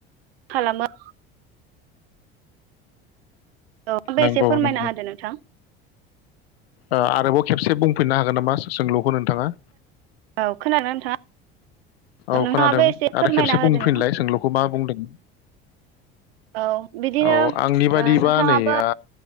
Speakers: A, on the right; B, on the left.
A: खालामो। औ आमफाय
B: नंगौ
A: एसे फोरमायना
B: नंगौ
A: होदो नोंथां।
B: ओ आरोबाव खेबसे बुंफिननो हागोन नामा सो सोंलुखौ नोंथाङा।
A: औ खोनादोंना नोंथाङा?
B: औ
A: नोंथाङाबो
B: खोनादों
A: एसे फोरमायना
B: आरो खेबसे
A: होदो
B: बुंफिनलाय
A: नोंथां
B: सोंलुखौ मा बुंदों
A: औ बिदिनो
B: औ आंनि बादिबा
A: ओ नोंथाङाबो
B: नै आ